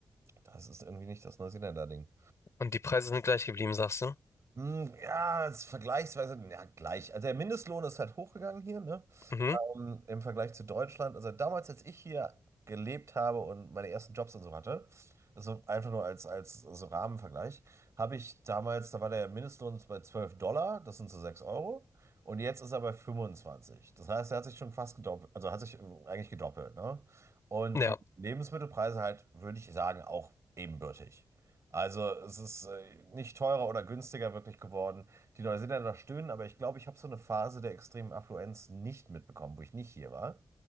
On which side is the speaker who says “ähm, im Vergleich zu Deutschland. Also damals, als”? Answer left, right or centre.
Right